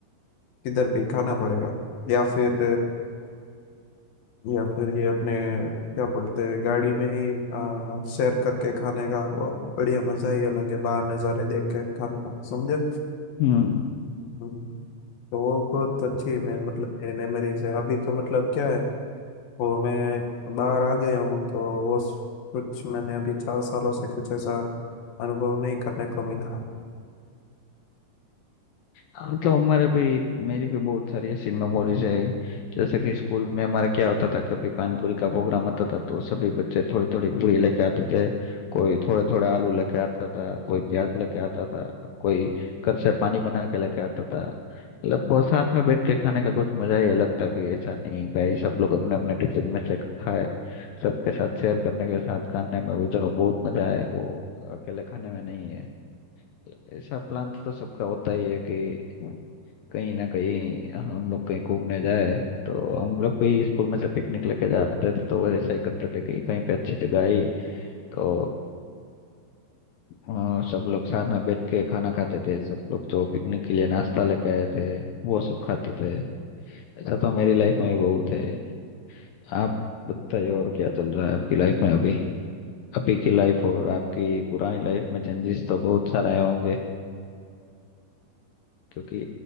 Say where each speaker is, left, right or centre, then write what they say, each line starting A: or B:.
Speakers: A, on the left; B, on the left.
A: किधर भी खाना पड़ेगा या फिर या फिर ये अपने क्या बोलते हैं गाड़ी में ही आ, शेयर करके खाने का वो बढ़िया मजा ही अलग है बाहर नज़ारे देख के खाने का समझे
B: हम्म
A: हम्म, तो वो बहुत अच्छी मैं मतलब मेरी मेमोरीज है अभी तो मतलब क्या है और मैं बाहर आ गया हूँ तो वो स- कुछ मैंने अभी चार सालों से कुछ ऐसा अनुभव नहीं करने को मिला
B: हाँ, मतलब हमारे भी मेरी भी बहुत सारी ऐसी मेमोरीज है जैसे कि स्कूल में हमारा क्या होता था कभी पानीपुरी का प्रोग्राम आता था तो सभी बच्चे थोड़ी थोड़ी पूरी लेके आते थे कोई थोड़े थोड़े आलू लेके आता था कोई प्याज लेके आता था कोई घर से पानी बना के लेके आता था मतलब बहुत साथ में बैठ के खाने का कुछ मजा ही अलग था कि ऐसा नहीं भाई सब लोग अपने अपने टिफिन में से खाए सबके साथ शेयर करने के साथ खाने में वो जो बहुत मजा है वो अकेले खाने में नहीं है ऐसा प्लान तो सबका होता ही है कि कहीं ना कहीं हम लोग कहीं घूमने जाए तो हम लोग भी स्कूल में से पिकनिक लेके जाते थे तो वैसा ही करते थे कि कहीं पे अच्छी जगह आई तो अ, सब लोग साथ में बैठ के खाना खाते थे सब लोग जो पिकनिक के लिए नाश्ता लेके आए थे वो सब खाते थे ऐसा तो मेरी लाइफ में भी बहुत है आप बताइए और क्या चल रहा है आपकी लाइफ में अभी अभी की लाइफ और आपकी पुरानी लाइफ में चेंजेस तो बहुत सारे आए होंगे क्योंकि